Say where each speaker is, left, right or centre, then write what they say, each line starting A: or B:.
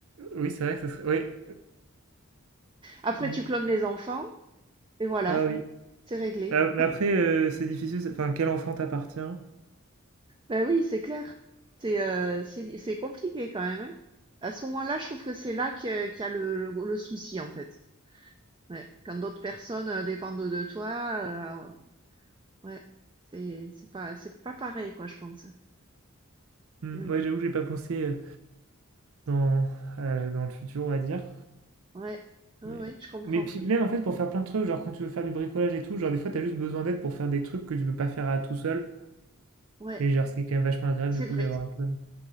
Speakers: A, on the right (about 80°); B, on the right (about 20°).
A: Oui, c'est vrai que ça serait.
B: Après,
A: Oui.
B: tu
A: Mm.
B: clones les enfants, et voilà,
A: Ah oui.
B: c'est réglé.
A: Ah, mais après, euh, c'est difficile. c'est- Enfin, quel enfant t'appartient?
B: ben oui, c'est clair. C'est euh, c'est c'est compliqué quand même. hein. À ce moment-là, je trouve que c'est là que- qu'il y a le, le, le souci en fait. Ouais. Quand d'autres personnes euh, dépendent de toi, euh, ouais, c'est c'est pas c'est pas pareil quoi, je pense.
A: Hmm,
B: Mais
A: Moi,
B: bon,
A: j'avoue, que j'ai pas pensé euh, dans euh, dans le futur, on va dire.
B: ouais, ouais,
A: Mais,
B: ouais, je comprends.
A: mais puis même en fait pour faire plein de trucs, genre quand tu veux faire du bricolage et tout, genre des fois t'as juste besoin d'aide pour faire des trucs que tu peux pas faire à tout seul.
B: Ouais,
A: Et genre c'est quand même vachement agréable
B: c'est
A: du coup
B: vrai.
A: d'avoir un peu,